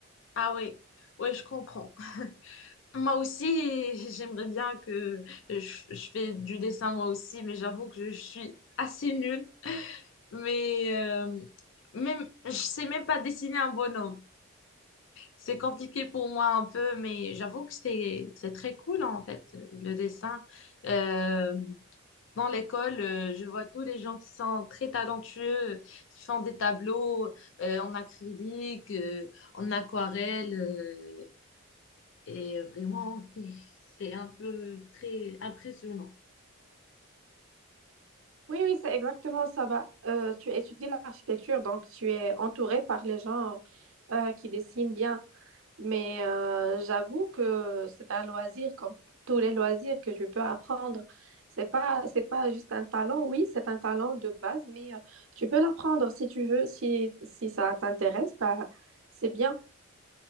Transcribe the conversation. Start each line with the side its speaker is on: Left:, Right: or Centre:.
Left: Ah oui, ouais, je comprends. Moi aussi, <laughs> j'aimerais bien que je, je fais du dessin moi aussi, mais j'avoue que je suis assez nulle. Mais euh, même, je sais même pas dessiner un bonhomme. C'est compliqué pour moi un peu, mais j'avoue que c'est c'est très cool en fait le dessin. Euh, dans l'école, euh, je vois tous les gens qui sont très talentueux, qui font des tableaux euh, en acrylique, euh, en aquarelle, euh, et vraiment c'est c'est un peu très impressionnant.
Right: Oui, oui, c'est exactement ça. Bah, euh, tu étudies l'architecture, donc tu es entouré par les gens euh, qui dessinent bien. Mais euh, j'avoue que c'est un loisir comme tous les loisirs que tu peux apprendre. C'est pas, c'est pas juste un talent. Oui, c'est un talent de base, mais euh, tu peux l'apprendre si tu veux, si, si ça t'intéresse, bah, c'est bien.